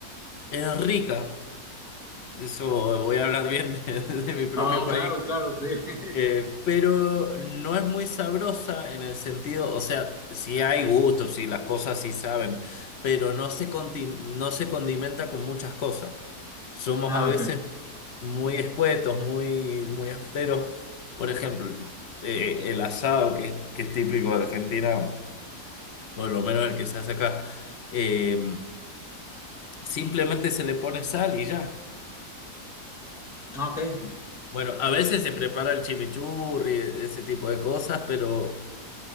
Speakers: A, on the left; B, in the centre.
A: es rica. Eso voy a hablar bien <laughs> de, de mi propio
B: Ah,
A: país.
B: claro, claro, sí.
A: Eh,
B: <laughs>
A: pero no es muy sabrosa en el sentido, o sea, sí hay gustos, sí las cosas sí saben, pero no se conti- no se condimenta con muchas cosas. Somos
B: Ah,
A: a veces
B: ok.
A: muy escuetos, muy, muy austeros. Por ejemplo, eh, el asado, que, que es típico de Argentina, por lo menos el que se hace acá, eh, simplemente se le pone sal y ya.
B: Ah, ok.
A: Y, Bueno, a veces se prepara el chimichurri, ese tipo de cosas, pero...